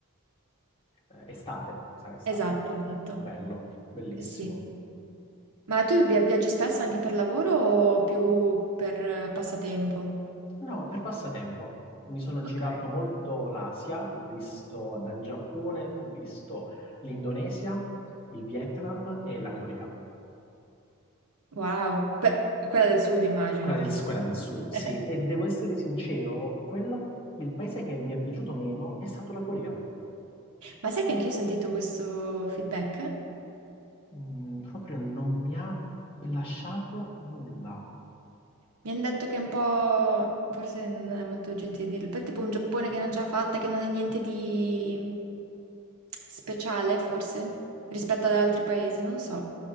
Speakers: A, on the left; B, on the right.
A: eh, estate, sarà estate.
B: Esatto, esatto.
A: Bello, bellissimo.
B: Sì, sì. Ma tu via- viaggi spesso anche per lavoro o più per eh, passatempo?
A: No, per passatempo. Mi sono girato
B: Ok.
A: molto l'Asia, ho visto dal Giappone, ho visto l'Indonesia, il Vietnam e la Corea.
B: Wow. Beh, quella del sud immagino.
A: Quella del, quella del sud, sì.
B: <laughs>
A: E devo essere sincero, quello, il paese che mi è piaciuto meno è stato la Corea.
B: Ma sai che anch'io ho sentito questo feedback?
A: Mm, proprio non mi ha lasciato nulla.
B: Mi hanno detto che è un po', forse non è molto gentile dirlo, però è tipo un Giappone che non ce l'ha fatta, che non è niente di speciale, forse, rispetto ad altri paesi, non lo so.